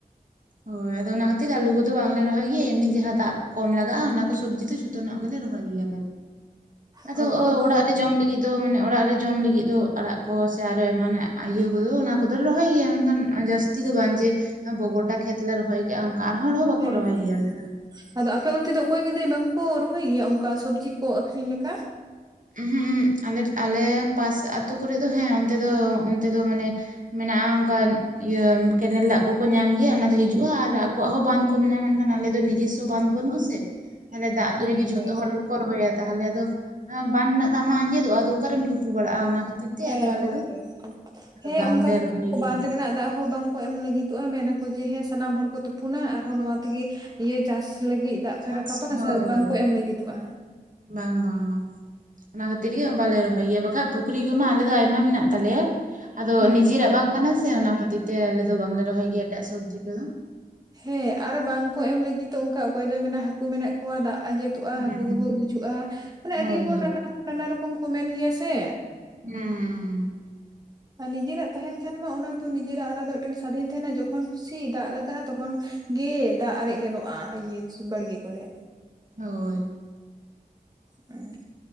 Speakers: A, on the right; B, on the right.
A: ᱦᱳᱭ ᱟᱫᱚ ᱚᱱᱟ ᱠᱷᱟᱹᱛᱤᱨ ᱟᱞᱩ ᱠᱚᱫᱚ ᱵᱟᱝᱞᱮ ᱨᱚᱦᱚᱭ ᱜᱮᱭᱟ ᱮᱢᱱᱤ ᱡᱟᱦᱟᱸ ᱫᱟᱜ ᱠᱚᱢ ᱞᱟᱜᱟᱜᱼᱟ ᱚᱱᱟ ᱠᱚ ᱥᱚᱵᱽᱡᱤ ᱫᱚ ᱡᱷᱚᱛᱚᱱᱟᱜ ᱜᱮᱞᱮ ᱨᱚᱦᱚᱭ ᱜᱮᱭᱟᱞᱮ᱾ ᱟᱫᱚ
B: ᱚ
A: ᱚᱲᱟᱜ ᱨᱮ ᱡᱚᱢ ᱞᱟᱹᱜᱤᱫ ᱫᱚ ᱢᱟᱱᱮ ᱚᱲᱟᱜ ᱨᱮ ᱡᱚᱢ ᱞᱟᱹᱜᱤᱫ ᱫᱚ ᱟᱲᱟᱜ ᱠᱚ ᱥᱮ ᱟᱨᱚ ᱮᱢᱟᱱᱟᱜ ᱤᱭᱟᱹ ᱠᱚᱫᱚ ᱚᱱᱟ ᱠᱚᱫᱚ ᱨᱚᱦᱚᱭ ᱜᱮᱭᱟ ᱢᱮᱱᱠᱷᱟᱱ ᱡᱟᱥ ᱛᱤ ᱫᱚ ᱵᱟᱝ ᱡᱮ, ᱜᱚᱴᱟ ᱠᱷᱮᱛ ᱞᱮ ᱨᱚᱦᱚᱭ ᱠᱮᱜ-ᱟ ᱚᱱᱠᱟ ᱟᱨ ᱦᱚᱲ ᱦᱟᱸᱸᱵᱟᱠᱚ
B: ᱦᱮᱸ
A: ᱨᱚᱦᱚᱭ
B: ᱦᱮᱸ
A: ᱜᱮᱭᱟ ᱱᱟᱠᱷᱟᱱ᱾
B: ᱟᱫᱚ ᱟᱯᱮ ᱚᱱᱛᱮ ᱫᱚ ᱚᱠᱚᱭ ᱜᱮ ᱫᱟᱹᱭ ᱵᱟᱝ ᱠᱚ ᱨᱚᱦᱚᱭ ᱜᱮᱭᱟ ᱚᱱᱠᱟ ᱥᱚᱵᱽᱡᱤ ᱠᱚ ᱟᱠᱷᱨᱤᱧ ᱞᱮᱠᱟ?
A: ᱩᱸᱦᱩᱜ ᱩᱸᱦᱩᱜ ᱟᱞᱮ, ᱟᱞᱮ ᱯᱟᱥ ᱟᱛᱩ ᱠᱚᱨᱮ ᱫᱚ ᱦᱮᱸ ᱚᱱᱛᱮ ᱫᱚ, ᱚᱱᱛᱮ ᱫᱚ ᱢᱟᱱᱮ ᱢᱮᱱᱟᱜᱼᱟ ᱚᱝᱠᱟᱱ ᱤᱭᱟᱹ, ᱠᱮᱱᱮᱞ ᱫᱟᱜ ᱠᱚᱠᱚ ᱧᱟᱢ ᱜᱮᱭᱟ ᱚᱱᱟ ᱫᱚ ᱦᱤᱡᱩᱜᱼᱟ ᱟᱨ ᱟ ᱠᱚᱣᱟᱜ ᱦᱚᱸ ᱵᱟᱸᱫ ᱠᱚ ᱢᱮᱱᱟᱜᱼᱟ ᱢᱮᱱᱠᱷᱟᱱ ᱟᱞᱮ ᱫᱚ ᱱᱤᱡᱮᱥᱥᱚ ᱵᱟᱸᱫ ᱵᱟᱹᱱᱩᱜ-ᱟ ᱥᱮ, ᱛᱟᱦᱚᱞᱮ ᱫᱟᱜ
B: ᱦᱳᱭ
A: ᱫᱚ ᱡᱩᱫᱤ
B: ᱦᱳᱭ
A: ᱡᱷᱚᱛᱚ ᱦᱚᱲ ᱜᱮᱠᱚ ᱨᱚᱦᱚᱭᱟ ᱛᱟᱦᱚᱞᱮ ᱫᱚ ᱟᱸ ᱵᱟᱱ ᱨᱮᱱᱟᱜ ᱫᱟᱜ ᱢᱟ ᱟᱸᱡᱮᱫᱚᱜᱼᱟ ᱟᱫᱚ ᱚᱠᱟ ᱨᱮᱢ ᱛᱩᱯᱩ ᱵᱟᱲᱟᱜᱼᱟ ᱚᱱᱟ ᱠᱷᱟᱹᱛᱤᱨ- ᱛᱮ
B: ᱦᱮᱸ
A: ᱟᱫᱚ ᱟᱞᱮ
B: ᱦᱳᱭ
A: ᱫᱚ
B: ᱦᱳᱭ ᱦᱳᱭ, ᱦᱮᱸ
A: ᱵᱟᱝᱞᱮ
B: ᱚᱝᱠᱟ ᱠᱟᱛᱮᱜ
A: ᱨᱚᱦᱚᱭ ᱜᱮᱭᱟ
B: ᱵᱟᱸᱫ
A: ᱚᱱᱠᱟ
B: ᱨᱮᱱᱟᱜ ᱫᱟᱜ ᱦᱚᱸ ᱵᱟᱝ ᱠᱚ ᱮᱢ ᱞᱟᱹᱜᱤᱼᱼ ᱛᱚᱜᱼᱟ ᱢᱮᱱᱟᱠᱚ ᱡᱮ ᱦᱮᱸ ᱥᱟᱱᱟᱢ ᱦᱚᱲ ᱠᱚ ᱛᱩᱯᱩᱱᱟ ᱟᱨᱦᱚᱸ ᱱᱚᱣᱟ ᱛᱮᱜᱮ ᱤᱭᱟᱹ ᱪᱟᱥ ᱞᱟᱹᱜᱤᱫ ᱫᱟᱜ ᱯᱮ
A: ᱪᱟᱥ
B: ᱨᱟᱠᱟᱵᱟ
A: ᱦᱳᱭ
B: ᱥᱮ ᱵᱟᱝ
A: ᱦᱳᱭ
B: ᱠᱚ ᱮᱢ ᱞᱟᱹᱜᱤᱫᱚᱜᱼᱟ᱾
A: ᱵᱟᱝ ᱵᱟᱝ ᱵᱟᱝ᱾ ᱚᱱᱟ ᱠᱷᱟᱹᱛᱤᱨ ᱜᱮ ᱵᱟᱞᱮ ᱨᱚᱦᱚᱭ ᱜᱮᱭᱟ ᱵᱟᱠᱷᱟᱡ ᱯᱩᱠᱷᱨᱤ ᱠᱚᱢᱟ ᱟᱞᱮ ᱫᱚ ᱟᱭᱢᱟ ᱢᱮᱱᱟᱜ ᱛᱟᱞᱮ, ᱟᱫᱚ
B: ᱦᱮᱸ
A: ᱱᱤᱡᱮᱨᱟᱜ ᱵᱟᱝ ᱠᱟᱱᱟ ᱥᱮ ᱚᱱᱟ ᱠᱷᱟᱹᱛᱤᱨ ᱛᱮ ᱟᱞᱮ ᱫᱚ ᱵᱟᱝᱞᱮ ᱨᱚᱦᱚᱭ ᱜᱮᱭᱟ ᱮᱴᱟᱜ ᱥᱚᱵᱽᱡᱤ ᱠᱚᱫᱚ᱾
B: ᱦᱮᱸ ᱟᱨ ᱵᱟᱝᱠᱚ ᱮᱢ ᱞᱟᱹᱜᱤᱫᱚᱜ ᱚᱝᱠᱟ ᱚᱠᱚᱭ ᱫᱚᱭ ᱢᱮᱱᱟ ᱦᱟᱠᱩ ᱢᱮᱱᱟᱜ ᱠᱚᱣᱟ ᱫᱟᱜ ᱟᱸᱡᱮ ᱛᱚᱜᱼᱟ
A: ᱦᱩᱸ
B: ᱦᱟᱠᱩ
A: ᱦᱩᱸ
B: ᱠᱚᱠᱚ ᱜᱩᱡᱩᱜᱼᱟ, ᱢᱟᱱᱮ
A: ᱦᱳᱭ
B: ᱟᱰᱤ ᱦᱚᱲ
A: ᱦᱳᱭ
B: ᱱᱟᱱᱟ <inaudible> ᱱᱟᱱᱟ ᱨᱚᱠᱚᱢ ᱠᱚ ᱢᱮᱱ ᱜᱮᱭᱟ ᱥᱮ,
A: ᱦᱩᱸ ᱦᱩᱸ᱾
B: ᱟᱨ ᱱᱤᱡᱮᱨᱟᱜ ᱛᱟᱦᱮᱸᱱ ᱠᱷᱟᱱ ᱢᱟ ᱚᱱᱟᱫᱚ ᱱᱤᱡᱮᱨᱟᱜ ᱟᱞᱟᱫᱟ ᱢᱤᱫᱴᱟᱝ ᱥᱟᱫᱷᱤᱱ ᱛᱟᱦᱮᱸᱱᱟ ᱡᱚᱠᱷᱚᱱ ᱠᱩᱥᱤ ᱫᱟᱜ ᱞᱟᱜᱟᱜᱼᱟ ᱛᱚᱠᱷᱚᱱ ᱜᱮ ᱫᱟᱜ ᱟᱨᱮᱡ ᱜᱟᱱᱚᱜᱼᱟ ᱤᱭᱟᱹ ᱵᱟᱲᱜᱮ ᱠᱚᱨᱮ᱾
A: ᱦᱳᱭ᱾
B: ᱦᱩᱸᱜ-ᱩᱸ᱾